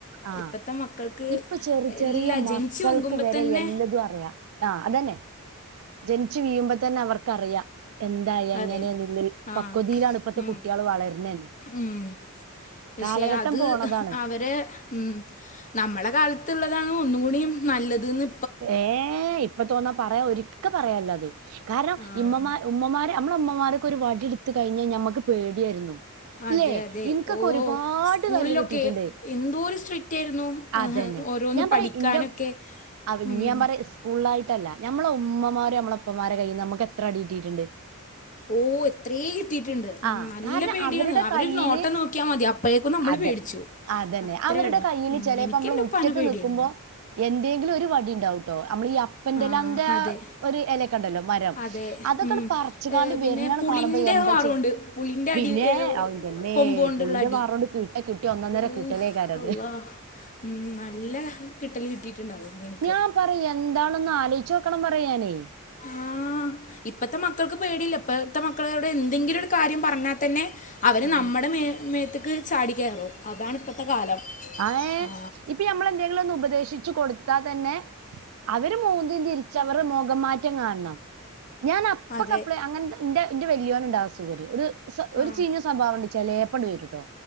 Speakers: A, on the right; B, on the left.
A: ആഹ്
B: ഇപ്പത്തെ മക്കൾക്ക്
A: ഇപ്പ ചെറി
B: എല്ലാ
A: ചെറിയ മക്കൾക്ക്
B: ജനിച്ചു വിങ്കുമ്പോ
A: വരെ
B: തന്നെ
A: എല്ലതു അറിയാ. ആഹ് അതന്നെ ജൻച്ചു വീയുമ്പ തന്നെ അവർക്കറിയ എന്താ എങ്ങനെന്ന്ല്ലര്.
B: അതെ ആഹ്
A: പക്വതീലാണ് ഇപ്പത്തെ
B: ഉം
A: കുട്ട്യാള് വളര്ന
B: ഉം പക്ഷെ
A: കാലഘട്ടം
B: അത്
A: പോണതാണ്.
B: അവരെ ഉം നമ്മള കാൽത്ത്ള്ളതാണ് ഒന്നുകൂടിം നല്ലത് ന്ന്.
A: ഏ ഇപ്പ തോന്ന പറയാ ഒരിക്ക പറയാല്ലത് കാരണം
B: ആഹ്
A: ഇമ്മമാ ഉമ്മമാരെ. ഞ്ഞമ്മളമ്മമാരൊക്കൊരു വടിട്ത്ത് കഴിഞ്ഞ ഞ്ഞമ്മക്ക് പേട്യാര്ന്നു.
B: അതെ
A: ല്ലെ
B: അതെ
A: ഇൻക്കക്കൊരുപാട്
B: ഓ സ്കൂളിലൊക്കെ
A: തല്ല് കിട്ടിറ്റ്ണ്ട്.
B: എന്തോരു സ്ട്രിക്റ്റ് ആയിരുന്നു ഏഹ്
A: അതന്നെ
B: ഓരോന്ന്
A: ഞാപറയാ
B: പഠിക്കാനൊക്കെ
A: ഇന്റെ അവ് പഞ്
B: ഉം
A: ഞ്ഞാപറ്യ ഇസ്കൂൾലായ്ട്ടല്ല ഞ്ഞമ്മള ഉമ്മമാരു ഞ്ഞമ്മളെ പ്പമാരെ കയ്യിന്ന് നമ്മക്കെത്ര അടി കിട്ടിറ്റ്ണ്ട്.
B: ഓഹ് എത്രേ കിട്ടീറ്റ്ണ്ട് ഉം
A: ആ
B: നല്ല
A: കാരണം
B: പേടിയാണ്
A: അവരുടെ
B: അവരൊരു
A: കയ്യില്
B: നോട്ടം നോക്ക്യാ മതി അ പ്പഴേക്കും നമ്മള്
A: അതെ
B: പേടിച്ചു.
A: അതന്നെ
B: അത്രയാണ്
A: അവരുടെ കയ്യില്
B: ഉം,
A: പെലേപ്പമ്മള്
B: എനിക്കെൻ്റെ
A: മുറ്റത്ത്
B: ഉപ്പാനെ പേടിയായിരുന്നു
A: ന്ന്ക്കുമ്പൊ. എന്തേങ്കിലൊര് വടിണ്ടാവുട്ടോ അമ്മളീ അപ്പന്റെലാന്റെ
B: ആ അതെ
A: ഒര് എലെക്കണ്ടല്ലോ. മരം
B: അതെ
A: അതൊക്കെട്
B: ഉം,
A: പർച്ച്കാണ്ട്
B: ഏ, പിന്നെ
A: വര്നാണ്
B: പുളിൻ്റെ
A: കാണുമ്പൊ എന്ത
B: ഹാറുണ്ട്
A: ചെ
B: പുളിൻ്റെ
A: പിന്നേ
B: അടി ഏ,
A: ഔ ൻ്റമ്മേ
B: കൊമ്പ് കൊണ്ടുള്ള
A: പുളിന്റെ
B: അടി
A: വാറോണ്ട് കിട്ട കിട്ട്യ ഒന്നൊന്നര
B: ഊ
A: കിട്ടലേക്കാരത്.
B: അല്ലാ ഉം നല്ല കിട്ടല് കിട്ടിറ്റ്ണ്ട് അതോണ്ടെനി
A: ഞാ പറി എന്താണെന്ന് ആലോയ്ച്ചോക്കണം പറയാനേ.
B: അഹ് ഇപ്പത്തെ മക്കക്ക്. പേടില്ല ഇപ്പഴത്തെ മക്കളേട് എന്തെങ്കിലൊര് കാര്യം പറഞ്ഞാ തന്നെ അവര്
A: ആഹ്
B: നമ്മടെ മേ മേത്ത് ക്ക് ചാടി കയറു അതാണ്പ്പത്ത കാലം.
A: അ ഏഹ്
B: ആ,
A: ഇപ്പ ഞ്ഞമ്മള് എന്തെങ്കിലൊന്ന് ഉപദേശിച്ചു കൊടുത്താ തന്നെ. അവര് മൂന്തിം തിര്ച്ചവറെ മൊഖം മാറ്റം കാൺണം. ഞാനപ്പക്കപ്ലെ
B: അതെ
A: അങ്ങൻത ഇന്റെ ന്റെ വല്ലോന്ണ്ടാ അസുഖരു ഒര്. സ്വ ഒരു
B: ആ
A: ചീഞ്ഞ സ്വഭാവണ്ട് ചെലേപ്പണ്ട് വരുട്ടോ